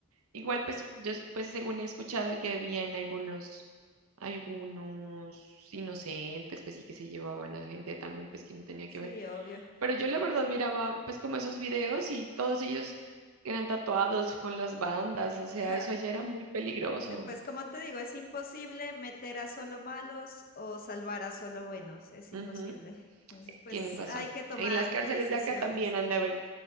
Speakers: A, on the right; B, on the left.
A: Igual pues yo s- pues según he escuchado que habían algunos algunos inocentes pues sí que se llevaban a gente también pues que no tenía
B: Sí,
A: que ver.
B: obvio.
A: Pero yo la verdad miraba pues como esos videos y todos ellos eran tatuados con las bandas, o sea,
B: <laughs>
A: eso allá era muy peligroso.
B: Sí, pues como te digo, es imposible meter a solo malos o salvar a solo buenos, es imposible.
A: Ujú.
B: Entonces, pues
A: Tienes razón.
B: hay que tomar
A: En las cárceles
B: decisiones.
A: de acá también han de haber